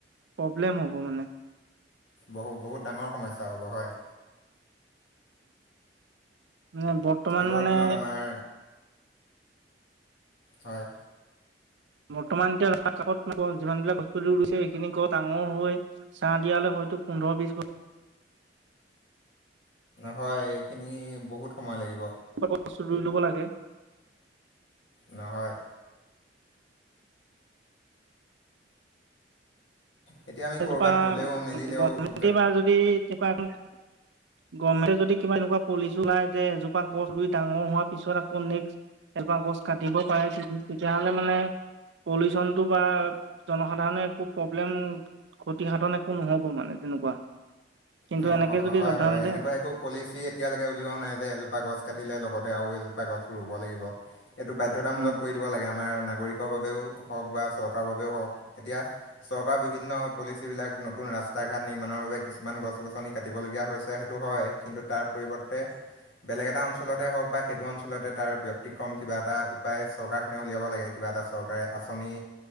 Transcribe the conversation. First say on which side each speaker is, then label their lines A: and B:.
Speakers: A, on the right; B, on the left.
A: প্ৰব্লেম হ'ব মানে।
B: বহু-বহুত ডাঙৰ সমস্যা হ'ব হয়।
A: মান বৰ্তমান
B: আগৰ
A: মানে
B: দিনত আমাৰ হয়।
A: বৰ্তমান এতিয়া ৰাস্তৰ কাষত যিমান বিলাক গছপুলি ৰুইছে সেইখিনিক ডাঙৰ হৈ ছাঁহ দিয়ালে হয়তো পোন্ধৰ বিশ বছৰ
B: হয়। এইখিনি বহুত সময় লাগিব।
A: গছ ৰুই ল'ব লাগে।
B: নহয়। এতিয়া আমি
A: ৰাজোপা
B: ক'ৰবাত গ'লেও মেলিলেও
A: ব বা যদি তেকা এখন <unintelligible> গভমেণ্টে যদি কিবা এনেকুৱা পলিচি ওলাই, যে এজোপা গছ ডাঙৰ হোৱাৰ পিছত আকৌ নেক্স এলপা গছ কাটিব পাৰে, তেতিয়াহলে মানে পলিউচন টো বা জনসাধাৰণে একো ক্ষাধন একো নহব মানে তেনেকুৱা। কিন্তু
B: অ'
A: এনেকে
B: হ-
A: মানে
B: অ' হয়
A: তেনেকুৱা
B: হয় এনেকুৱা একো পলিচি এতিয়ালৈকে উলিয়া নাই যে, এজোপা গছ কাটিলে লগতে আৰু এজোপা গছ ৰুব লাগিব। এইটো বাধ্যতামূলক
A: উম
B: কৰি দিব লাগে আমাৰ নাগৰিকৰ বাবেও হওক বা, চৰকাৰৰ বাবেও হওক, এতিয়া চৰকাৰ বিভিন্ন পলিচ বিলাক নতুন ৰাস্তা ঘাট নিৰ্মাণৰ বাবে কিছুমান গছ গছনি কাটিবলগীয়া হৈছে, সেইটো হয়। কিন্তু তাৰ পৰিৱৰ্তে বেলেগ এটা অঞ্চলতে হওক বা সেইটো অঞ্চলতে তাৰ ব্যতিক্ৰম কিবা এটা উপায় চৰকাৰখনে উলিয়াব লাগে। কিবা কিবা এটা চৰকাৰে আঁচনি